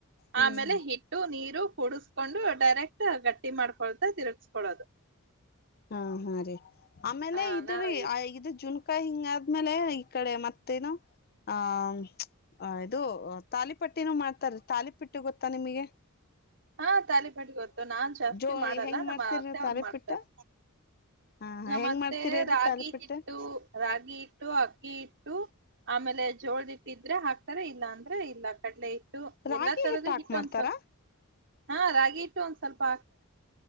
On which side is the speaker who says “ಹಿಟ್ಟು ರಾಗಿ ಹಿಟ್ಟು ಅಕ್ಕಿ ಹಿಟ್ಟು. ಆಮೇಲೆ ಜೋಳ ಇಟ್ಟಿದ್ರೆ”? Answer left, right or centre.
Right